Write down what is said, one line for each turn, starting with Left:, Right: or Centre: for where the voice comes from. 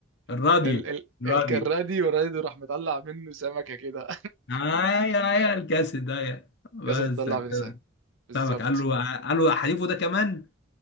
Left: الراديو
Right: ال ال
Left: الراديو
Right: ال الراديو راديو راح مطلع منه سمكة كده
Left: ايوه ايوه الكاسيت ده
Right: <laughs>
Left: بس
Right: ياسر تطلع
Left: على
Right: منه
Left: كده
Right: سمكة بالظبط
Left: سمك قال له قال له حليفه ده كمان